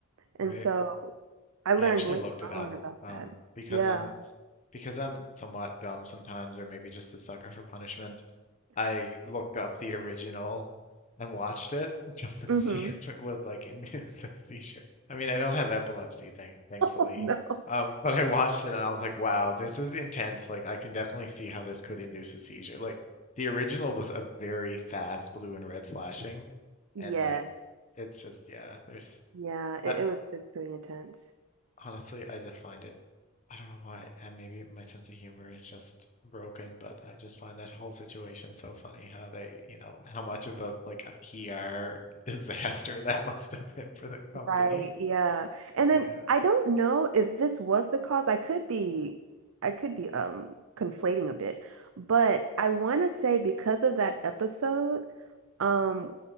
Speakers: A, on the right; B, on the left.
A: And
B: right.
A: so I learned
B: I actually
A: later
B: looked it up
A: on about
B: um,
A: that.
B: because
A: Yeah.
B: I'm because I'm somewhat dumb sometimes, or maybe just a sucker for punishment. I looked up the original and watched it <laughs> just to see
A: Mm-hmm.
B: if
A: <laughs>
B: it would like <laughs> induce a seizure. I mean, I don't have epilepsy, thank thankfully.
A: Oh no.
B: Um, but I watched it and I was like, wow, this is intense. Like, I can definitely see how this could induce a seizure. Like, the original was a very fast blue and red flashing,
A: Yes.
B: and like, it's just yeah. There's
A: Yeah, it,
B: I,
A: it was it's pretty intense.
B: honestly, I just find it. I don't know why, and maybe my sense of humor is just broken, but I just find that whole situation so funny how they, you know, how much of a like a PR <laughs> disaster that must have been for the company.
A: Right, yeah. And then
B: Yeah,
A: I don't know if this was the cause. I could be I could be um conflating a bit, but I want to say because of that episode, um